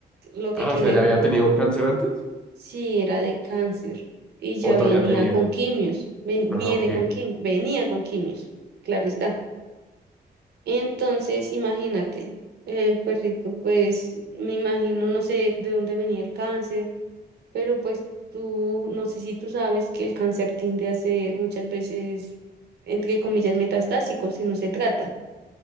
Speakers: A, on the right; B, in the centre.
A: lo que
B: Ah,
A: quiere,
B: o sea, ¿ya había
A: lo,
B: tenido cáncer antes?
A: sí, era de cáncer y ya
B: ¿O
A: venía
B: todavía tenía?
A: con quimios, ven-
B: Ah,
A: viene
B: ok.
A: con quim, venía con quimios, claro está. Entonces, imagínate, el perrito, pues me imagino, no sé de dónde venía el cáncer pero pues tú, no sé si tú sabes que el cáncer tiende a ser muchas veces, entre comillas, metastásico, si no se trata.